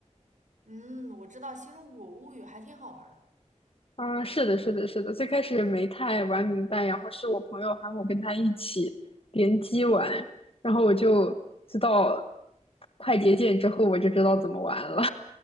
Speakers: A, on the right; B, on the left.
A: 嗯，我知道《新中国物语》还挺好玩的。
B: 啊，是的，是的，是的，最开始没太玩明白，然后是我朋友喊我跟他一起联机玩，然后我就知道快捷键之后，我就知道怎么玩了。